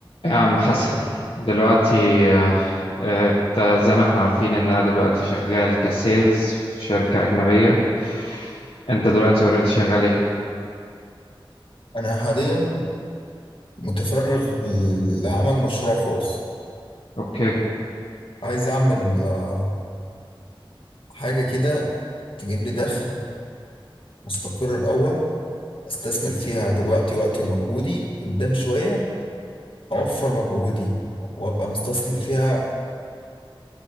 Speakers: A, on the left; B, on the left.
A: يا عم حسن دلوقتي آه، آه، انت زي ما احنا عارفين ان انا دلوقتي شغال كسيلز في شركة أجنبية انت دلوقتي اوريدي شغال ايه
B: أنا حاليا متفرغ لعمل مشروع خاص
A: اوكي
B: عايز أعمل آه، حاجة كده تجيب لي دخل مستقر الأول أستثمر فيها دلوقتي وقتي ومجهودي قدام شوية أوفر مجهودي وأبقى مستثمر فيها